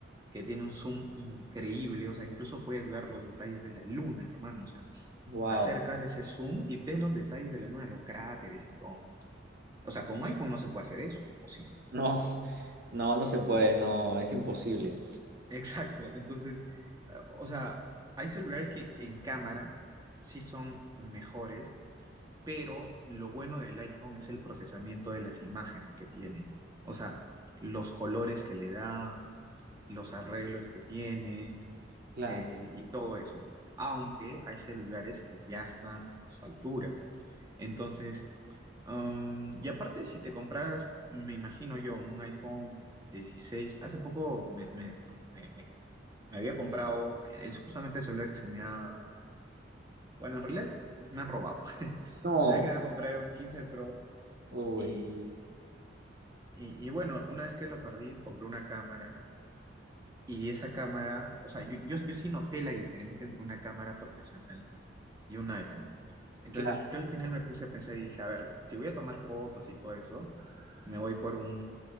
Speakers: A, on the right; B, on the right.
A: que tiene un zoom increíble, o sea, incluso puedes ver los detalles de la luna, hermano, o sea,
B: Wow,
A: acercas, le haces zoom y ves los detalles de la luna, los cráteres y todo. O sea, con un iPhone no se puede hacer eso, ¿o sí?
B: no, <laughs> no, no se puede, no, es imposible.
A: <laughs> Exacto, entonces, eh, o sea, hay celulares que en cámara sí son mejores, pero lo bueno del iPhone es el procesamiento de las imágenes que tiene, o sea, los colores que le da, los arreglos que tiene
B: Claro.
A: eh, y todo eso. Aunque hay celulares que ya están a su altura. Entonces, um, y aparte, si te compraras, me imagino yo, un iPhone 16. hace poco me, me- me- me- me había comprado, es justamente el celular que se me ha, bueno, en realidad me han robado. <laughs>
B: No,
A: Desde que me compré un quince Pro
B: uy,
A: y, y, y bueno, una vez que lo perdí, compré una cámara y esa cámara, o sea, yo, yo, yo sí noté la diferencia entre una cámara profesional y un iPhone. Entonces
B: cla-
A: yo, yo al final me puse a pensar y dije, a ver, si voy a tomar fotos y todo eso, me voy por un,